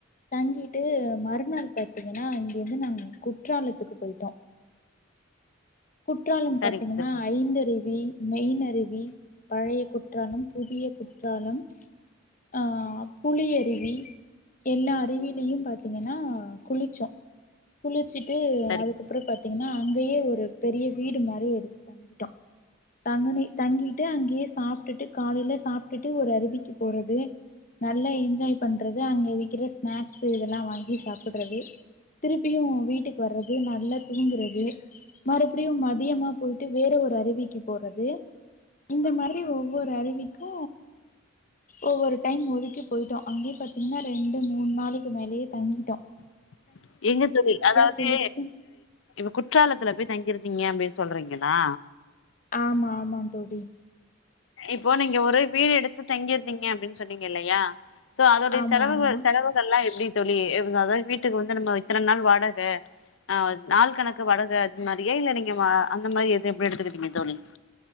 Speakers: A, on the left; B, on the left.
A: தங்கிட்டு மறுநாள் பாத்தீங்கன்னா அங்கிருந்து நாங்கள் குற்றாலத்துக்கு போயிட்டோம் குற்றாலம்
B: சரிங்க
A: பாத்தீங்கன்னா
B: தோழி
A: ஐந்தருவி மெய்னருவி பழைய குற்றாலம் புதிய குற்றாலம் அ புளியருவி எல்லா அறிவியிலயும் பாத்தீங்கன்னா குளிச்சோம் குளிச்சிட்டு
B: சரிங்க
A: அதுக்கப்புறம் பாத்தீங்கன்னா அங்கேயே ஒரு பெரிய வீடு மாதிரி எடுத்து தங்கி டோம் <unintelligible> தங்கிட்டு அங்கேயே சாப்ட்டுட்டு காலையில சாப்ட்டுட்டு ஒரு அருவிக்கு போறது நல்லா என்ஜாய் பண்றது அங்க விக்கிற ஸ்நாக்ஸு இதெல்லா வாங்கி சாப்டுறது திருப்பியு வீட்டுக்கு வர்றது நல்லா தூங்குறது மறுபடியு மதியமா போயிட்டு வேற ஒரு அருவிக்கு போறது இந்த மாரி ஒவ்வொரு அருவிக்கு ஒவ்வொரு டைம் ஒதுக்கி போயிட்டோ அங்கேயே பாத்தீங்கன்னா ரெண்டு மூணு நாளுக்கு மேலேயே தங்கிட்டோம்
B: <inaudible> எங்க தோழி அதாவது
A: குளிச்சு
B: இப்ப குற்றாலத்துல போய் தங்கிருந்தீங்க அப்டின்னு சொல்றீங்களா
A: ஆமா ஆமா தோழி
B: இப்போ நீங்க ஒரு வீடு எடுத்து தங்கியிருந்தீங்க அப்டின்னு சொன்னீங்க இல்லையா சோ அதோடைய
A: ஆமா
B: செலவுகள்
A: ஆமா
B: செலவுகள் எல்லாம் எப்டி தோழி அதாவது வீட்டுக்கு வந்து நம்ம இத்தனை நாள் வாடகை ஆ நாள் கணக்கு வாடக அது மாதிரியே இல்ல நீங்க அந்த மாதிரி எது எப்டி எடுத்துக்கிறீங்க தோழி